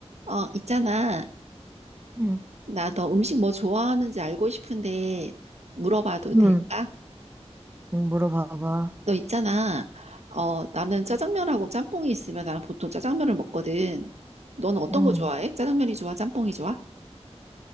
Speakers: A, on the right; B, on the right.
A: 어, 있잖아.
B: 응,
A: 나 너 음식 뭐 좋아하는지 알고 싶은데 물어봐도 될까?
B: 응, 응, 물어봐봐.
A: 너 있잖아. 어, 나는 짜장면하고 짬뽕이 있으면 나는 보통 짜장면을 먹거든. 넌 어떤
B: 응.
A: 거 좋아해? 짜장면이 좋아? 짬뽕이 좋아?